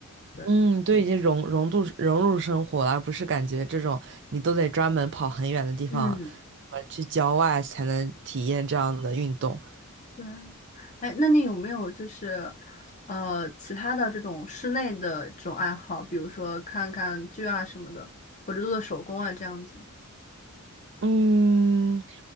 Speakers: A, on the left; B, on the right.
A: 对，
B: 嗯，对，已经融融度融入生活了，而不是感觉这种你都得专门跑很远的地方，
A: 嗯，
B: 呃，去郊外才能体验这样的运动。
A: 对，哎，那你有没有就是呃其他的这种室内的这种爱好，比如说看看剧啊什么的，或者做做手工啊这样子？
B: 嗯，